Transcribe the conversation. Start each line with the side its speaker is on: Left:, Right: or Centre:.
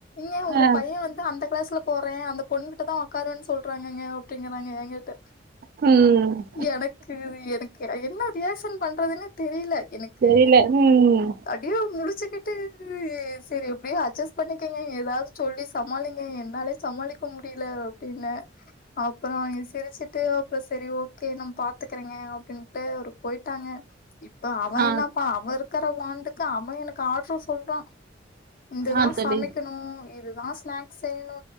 Left: ங்க உங்க
Right: ஆ,
Left: பைய வந்து அந்த கிளாஸ்ல போற அந்த பொண்ணுகிட்டதா ஒக்காருவேனு சொல்றாங்க அப்டிங்கறாங்க ஏங்கிட்ட
Right: ம்.
Left: எனக்கு இது எனக் கு என்ன ரியாக்ஷன் பண்றதுனே தெரியல எனக்கு
Right: தெரியல. ம்.
Left: அப்டியே முழுச்சிகிட்டு சேரி எப்டியே அட்ஜஸ் பண்ணிக்கங்க ஏதாது சொல்லி சமாளிங்கங்க என்னாலே சமாளிக்க முடில அப்டின்னு அப்றோ அவங்க சிரிச்சுட்டு செரி ஓகே நா பாத்துகறங்க அப்டின்டு ஒரு போயிடாங்க இப்ப அவ
Right: ஆ,
Left: என்னபா அவ இருக்கிற வாண்டுக் கு அவ எனக்கு ஆடர் சொல்றா இதுதா
Right: ஆ தோழி.
Left: சமைக்கணு இதுதா ஸ்நாக் செய்ணு